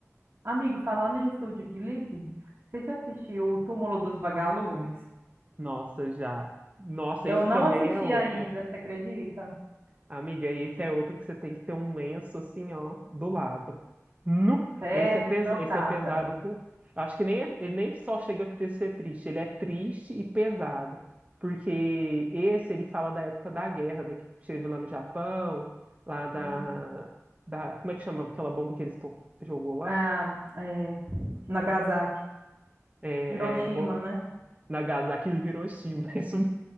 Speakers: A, on the right; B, on the right.
A: Amigo, falando em Estúdio Ghibli, você já assistiu O Túmulo dos Vagalumes?
B: Nossa, já. Nossa,
A: Eu
B: esse
A: não
B: também
A: assisti
B: é outro.
A: ainda, você acredita?
B: Amiga, esse é outro que você tem que ter um lenço assim, ó, do lado. Nu!
A: Sério,
B: Esse é pes...
A: chocada.
B: esse é pesado com. Eu Acho que nem é- ele nem só chega a ter- ser triste, ele é triste e pesado. Porque esse ele fala da época da guerra, da que teve lá no Japão, lá da,
A: Hum.
B: da. Como é que chama aquela bomba que eles to... jogou lá?
A: Ah, é, Nagasaki,
B: É,
A: Hiroshima,
B: é, bom,
A: né?
B: Nagasaki e Hiroshima, <laughs> é isso mesmo.